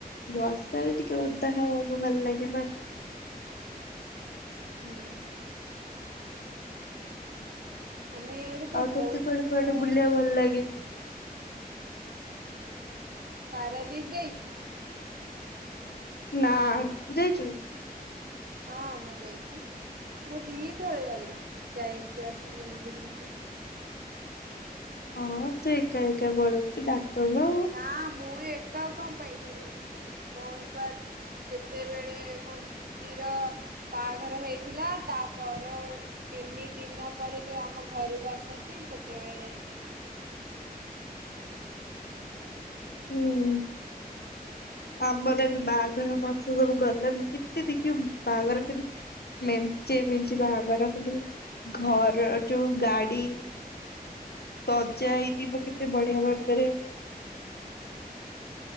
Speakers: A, on the left; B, on the right.
A: ବର୍ଷାରେ ଟିକେ ଓଦା ହବାକୁ ଭଲ ଲାଗେ ନା
B: ହୁଁ ଆମେ ଇଆଡେ ତ
A: ଆଉ ତୋତେ
B: ବହୁତ
A: କୁଆଡେ କୁଆଡେ ବୁଲିବାକୁ ଭଲ ଲାଗେ
B: ପାରାଦୀପ ଯାଇଛୁ
A: ନା ତୁ ଯାଇଛୁ।
B: ହଁ ମୁଁ ଯାଇଛି ମୁଁ ଦି ଥରେ ଜାଲି ଯାଇକି ଆସିଲିନି ବୁଲିକି
A: ହଁ ତୁ ଏକା ଏକା ପଳଉଛୁ ଡାକନୁ।
B: ନା ମୁଁ ଏକା କଣ ପାଇଯିବି ମୋର ପା ଯେତେବେଳେ ମୋ ଦିଦିର ବାହାଘର ହେଇଥିଲା ତାପର ତିନି ଦିନ ପରେ ଯୋଉ ଆମ ଘରକୁ ଆସନ୍ତି ସେତେବେଳେ ଯାଇ
A: ହୁଁ ଆମର ଏବେ ବାହାଘର ମାଛ ସବୁ ଗଲଣି କେତେ ଦେଖିବ ବାହାଘର ଖାଲି ମେଞ୍ଚେ ମେଞ୍ଚେ ବାହାଘର ଖାଲି ଘର ଯୋଉ ଗାଡି ସଜା ହେଇଥିବ କେତେ ବଢିଆ ଭାଗରେ